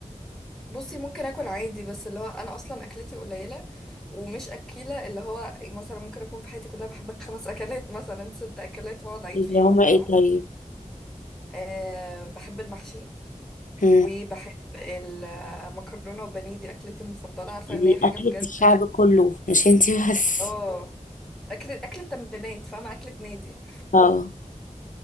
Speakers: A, in the centre; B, on the left (about 75°).
A: بصي ممكن أكل عادي بس اللي هو أنا أصلا أكلتي قليلة ومش أكيلة اللي هو مثلا ممكن أكون في حياتي كلها بحب خمس أكلات مثلا ست أكلات وأقعد أعيد
B: اللي
A: فيهم
B: هما
A: فاهمة
B: ايه طيب
A: أه بحب المحشي
B: مم.
A: وبحب المكرونة وبانيه دي أكلتي المفضلة عارفة
B: دي
A: إن هي حاجة
B: اكلة
A: بجد
B: الشعب كله مش انتي بس
A: اه أكل أكلة تمرينات فاهمة أكلة نادي
B: اه